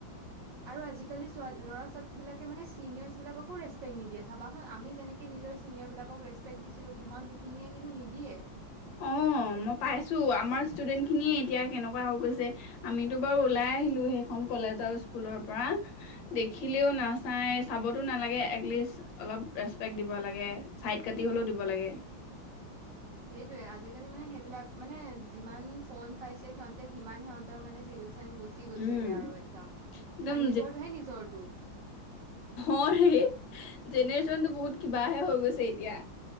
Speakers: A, on the right (about 70°); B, on the left (about 75°).
A: আৰু আজিকালি চো, ল'ৰা ছোৱালী বিলাকে মানে চিনিয়ৰচ বিলাককো ৰেছপেক্ট নিদিয়ে চাবাচোন। আমি যেনেকে নিজৰ চিনিয়ৰবিলাকক ৰেচপেক্ট দিছিলোঁ। সিহঁত সিখিনিয়ে কিন্তু নিদিয়ে।
B: অঁ' মই পাইছো আমাৰ ষ্টুডেন্ট খিনিয়ে এতিয়া কেনেকুৱা হৈ গৈছে। আমিতো বাৰু ওলাই আহিলো সেইখন কলেজ আৰু স্কুলৰ পৰা। দেখিলেও নাচাই, চাবতো নালাগে একলিষ্ট অলপ ৰেচপেক্ট দিব লাগে, ছাইড কাটি হ'লেও দিব লাগে।
A: সেইটয়ে, আজিকালি মানে সেইবিলাক মানে যিমান ফোন পাইছে সিহঁতে সিমান সিহঁতৰ মানে চিভিল চেন্স বস গুচি গৈছেগে
B: উম,
A: আৰু একদম
B: একদম
A: আৰু নিজৰটোহে নিজৰটো।
B: অঁ' এই জেনেৰেছন টো বহুত কিবাহে হৈ গৈছে এতিয়া।